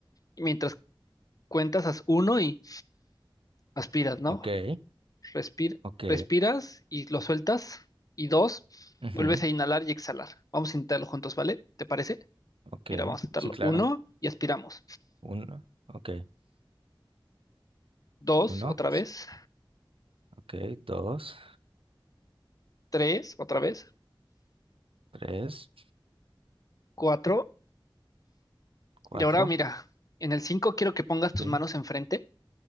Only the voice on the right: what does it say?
ok,
ok,
ujú,
ok.
Sí, claro.
Uno, ok.
Uno,
ok, dos.
Tres,
cuatro,
sí,